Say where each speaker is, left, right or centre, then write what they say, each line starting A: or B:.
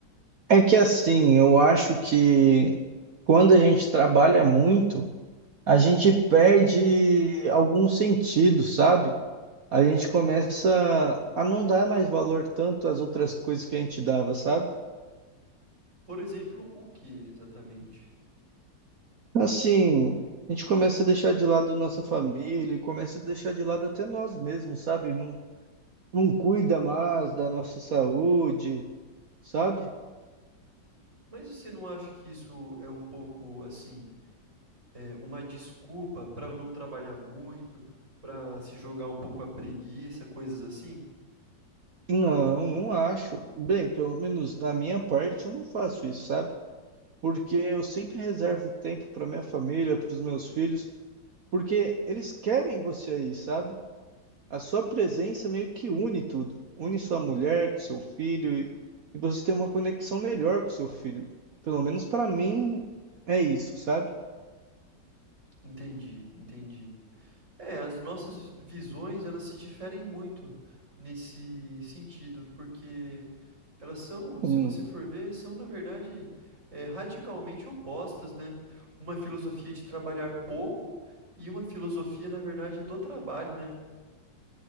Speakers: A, on the right (about 55°); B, on the right (about 40°).
A: É que assim, eu acho que quando a gente trabalha muito, a gente perde algum sentido, sabe? a gente começa a não dar mais valor tanto às outras coisas que a gente dava, sabe?
B: Por exemplo, o que exatamente?
A: Assim, a gente começa a deixar de lado nossa família, e começa a deixar de lado até nós mesmos, sabe? Não, não cuida mais da nossa saúde, sabe?
B: Mas você não acha que isso é um pouco, assim, eh, uma desculpa para não trabalhar muito, para se jogar um pouco à preguiça, coisas assim?
A: Não, não acho. Bem, pelo menos na minha parte eu não faço isso, sabe? Porque eu sempre reservo tempo para minha família, para os meus filhos, porque eles querem você aí, sabe? A sua presença meio que une tudo. Une sua mulher com seu filho e, e você tem uma conexão melhor com seu filho. Pelo menos para mim é isso, sabe?
B: Entendi, entendi. É, as nossas visões, elas se diferem muito nesse sentido, porque elas são, se
A: Hum.
B: você for ver, são na verdade, eh, radicalmente opostas, né. Uma filosofia de trabalhar pouco e uma filosofia, na verdade, do trabalho, né.